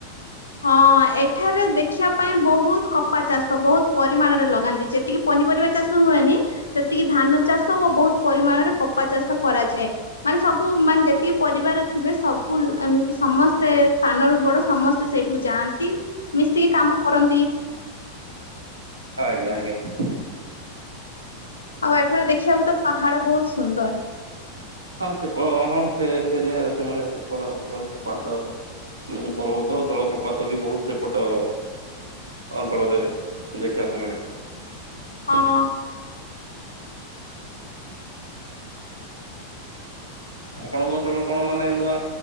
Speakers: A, on the left; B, on the right.
A: ହଁ ଏଠାରେ ଦେଖିବା ପାଇଁ ବହୁତ କପା ଚାଷ ବହୁତ ପରିମାଣରେ ଲଗାନ୍ତି। ଯେତିକି ପନିପରିବା ଚାଷ ହୁଏନି ସେତିକି ଧାନ ଚାଷ ଓ ବହୁତ ପରିମାଣରେ କପା ଚାଷ କରାଯାଏ। ମାନେ ସବୁ ମାନେ ଯେତିକି ପରିବାର ଥିବେ ସବୁ ଏମିତି ସମସ୍ତେ ସ। ନରୁ ବଡ ସମସ୍ତେ ସେ ସେଇଠିକୁ ଯାଆନ୍ତି ମିଶିକି କାମ କରନ୍ତି।
B: ଆଜ୍ଞା ଆଜ୍ଞା।
A: ଆଉ ଏଠାରେ ଦେଖିବାକୁ ତ ପାହାଡ ବହୁତ ସୁନ୍ଦର।
B: ହଁ ସେ ହଁ ସେ ଏରିଆ ସେମାନେ ସେପଡ ଅଞ୍ଚଳ ପାହାଡ ଉଁ ପର୍ବତ ଜଳପ୍ରପାତ ବି ବହୁତ ସେପଟ। ଅଞ୍ଚଳରେ ଦେଖିବାକୁ ମିଳେ।
A: ହଁ।
B: ଆପଣଙ୍କ ଅଞ୍ଚଳରେ କଣ ମାନେ ନୂଆ